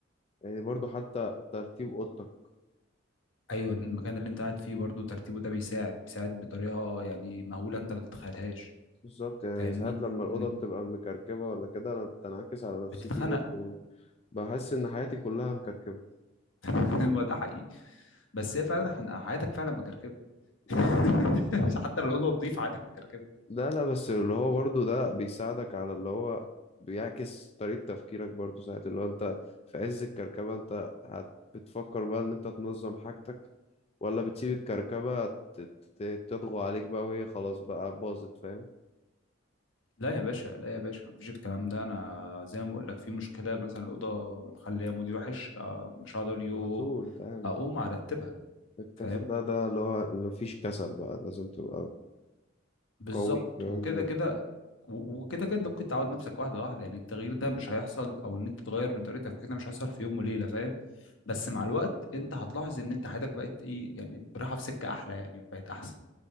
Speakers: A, on the left; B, on the left.
A: يعني برضو حتى ترتيب أوضتك
B: ايوه المكان اللي انت قاعد فيه برضه ترتيبه ده بيساعد بيساعد بطريقه يعني مهوله انت ما تتخيلهاش
A: بالظبط يعني
B: فاهمني
A: ساعات لما الأوضة
B: ان انت
A: بتبقى مكركبة ولا كده أنا بتنعكس على نفسيتي
B: بتتخنق
A: برضو بحس إن حياتي كلها مكركبة
B: <laughs> ما ده حقيقي بس هي فعلا حن- حياتك فعلا مكركبه <laughs>
A: بالظبط.
B: حتى لو الاوضه نظيفه حياتك مكركبه
A: لا لا بس اللي هو برضو ده بيساعدك على اللي هو بيعكس طريقة تفكيرك برضو ساعة اللي هو انت في عز الكركبة انت هت بتفكر بقى ان انت تنظم حاجتك ولا بتسيب الكركبة ت- ت- تطغو عليك بقى وهي خلاص بقى باظت فاهم
B: لا يا باشا لا يا باشا مفيش الكلام ده انا زي ما بقول لك في مشكله مثلا الاوضه مخليه مودي وحش آه، مش هقعد اقول يوه
A: على طول اتعامل
B: اقوم ارتبها
A: الكسل
B: فاهم
A: ده ده اللي هو اللي مفيش كسل بقى لازم تبقى
B: بالظبط
A: قوي فاهم؟
B: وكده كده و- وكده كده انت ممكن تعود نفسك واحده واحده يعني التغيير ده مش هيحصل او ان انت تغير من طريقه تفكيرك ده مش هيحصل في يوم وليله فاهم بس مع الوقت انت هتلاحظ ان انت حياتك بقت ايه يعني رايحه في سكه احلى يعني بقت احسن